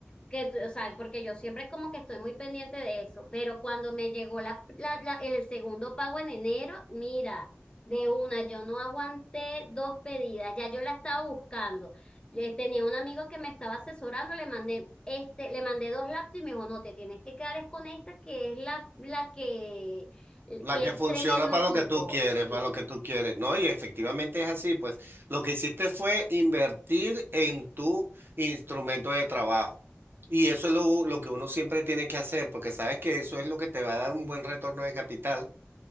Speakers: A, on the left (about 20°); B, on the right (about 50°).
A: que, tú- o sea, porque yo siempre como que estoy muy pendiente de eso, pero cuando me llegó la, la- la- el segundo pago en enero, mira, de una, yo no aguanté dos pedidas, ya yo la estaba buscando. Eh, Tenía un amigo que me estaba asesorando, le mandé, este, le mandé dos laptops y me dijo, no, te tienes que quedar es con esta que es la, la que eh,
B: la
A: que
B: que
A: es
B: funciona
A: tremendo
B: para
A: equipo,
B: lo que tú quieres,
A: sí,
B: para lo que tú quieres. No, y efectivamente es así, pues lo que hiciste fue invertir en tu instrumento de trabajo. Y eso es lo, lo que uno siempre tiene que hacer, porque sabes que eso es lo que te va a dar un buen retorno de capital.